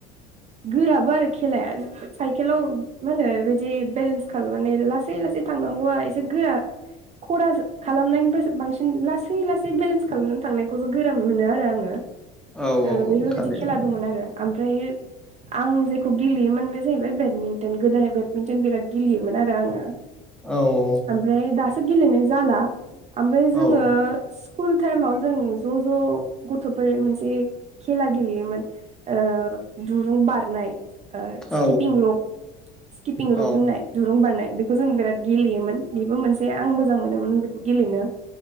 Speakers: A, on the right; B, in the centre.
A: गोराबो आरो खेलाया साइकेलाव मा होनो जि बेलेन्स खालामनानै माने लासै लासै थांनांगौआ एसे गोरा खराज खालामनायनिफायसो बांसिन लासै लासै बेलेन्स खालामनानै थांनायखौसो गोरान मोनो आरो आङो
B: औ
A: ओ बिफोर
B: थारैनो
A: बायदि खेला दंमोन आरो ओमफ्राय आं जेखौ गेलेयोमोन बे जाहैबाय बेदमिन्टन गोदोहाय बेडमिन्टन बिराद गेलेयोमोन आरो आङो
B: औ
A: ओमफ्राय दासो गेलेनाय जाला ओमफ्राय
B: औ
A: जोङो स्कुल टाइमाव जों ज' ज' गथ'फोर मोनसे खेला गेलेयोमोन ओ दुरुं बारनाय ओ
B: औ
A: स्किपिं रप स्किपिं
B: औ
A: रप होननाय दुरुं बारनाय बेखौ जों बिराद गेलेयोमोन बेबो मोनसे आं मोजां मोनोमोन बेखौ गेलेनो